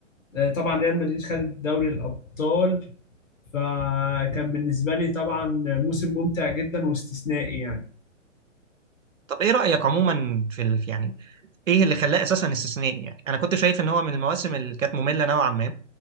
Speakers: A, on the left; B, on the right.
A: آه، طبعا ريال مدريد خد دوري الابطال فكان بالنسبة لي طبعا موسم ممتع جدا واستثنائي يعني
B: طب ايه رأيك عموما في ال... يعني ايه اللي خلاه اساسا استثنائي يعني انا كنت شايف ان هو من المواسم اللي كانت مملة نوعا ما